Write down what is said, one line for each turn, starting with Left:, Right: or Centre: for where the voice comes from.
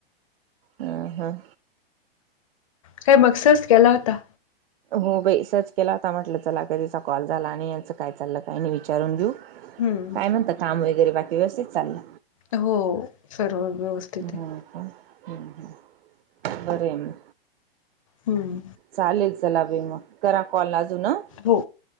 Right: हं हां.
Left: काय मग सहज केला होता.
Right: हो बाई सहज केला होता. म्हटलं चला कधीचा कॉल झाला. नाही. याचं काय चाललं, काय नाही विचारून घेऊ.
Left: हम्म
Right: काय म्हणतं. काम वगैरे बाकी व्यवस्थित चाललं.
Left: हो.. सर्व व्यवस्थित
Right: <inaudible>
Left: आहे
Right: हां का? हं, हं. बरे मं
Left: हम्म.
Right: चालेल चला बाई मग, करा कॉल अजून अ.
Left: हो,